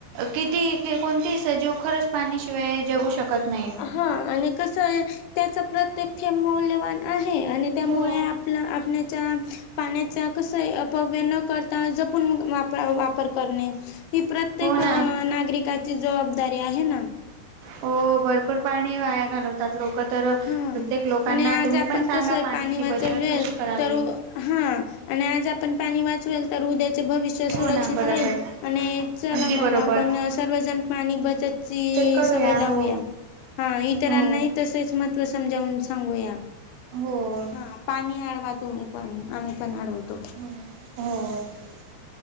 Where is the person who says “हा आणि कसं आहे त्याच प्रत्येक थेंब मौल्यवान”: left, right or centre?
Left